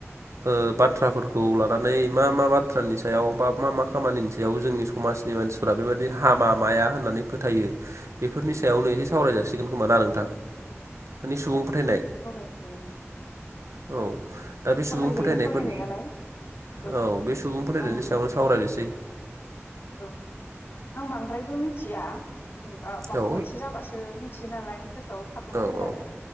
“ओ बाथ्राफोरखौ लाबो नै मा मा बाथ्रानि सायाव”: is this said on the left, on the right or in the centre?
Right